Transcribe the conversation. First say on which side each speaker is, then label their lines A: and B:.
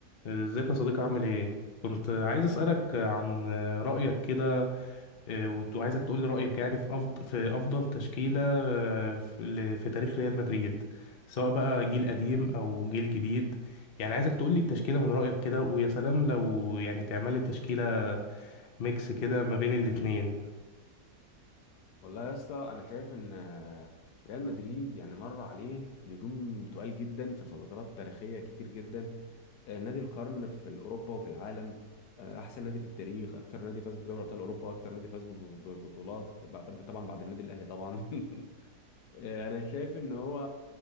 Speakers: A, on the left (about 60°); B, on the left (about 75°).
A: ازيك يا صديقي عامل ايه؟ كنت عايز اسألك عن رأيك كده اه، وت- وعايزك تقول لي رأيك يعني في أفضل في أفضل تشكيلة اه، في ل- في تاريخ ريال مدريد سواء بقى جيل قديم أو جيل جديد يعني عايزك تقول لي التشكيلة من رأيك كده ويا سلام لو يعني تعمل لي تشكيلة ميكس كده ما بين الاتنين
B: والله يا اسطى انا شايف ان آه، ريال مدريد يعني مر عليه نجوم تقال جدا في فترات تاريخيه كتير جدا آه، نادي القرن في اوروبا وفي العالم آه، احسن نادي في التاريخ اكتر نادي فاز بدوري ابطال اوروبا اكتر نادي فاز بب- ببطولات بعد- طبعا بعد النادي الاهلي طبعا <laughs> آه، انا شايف ان هو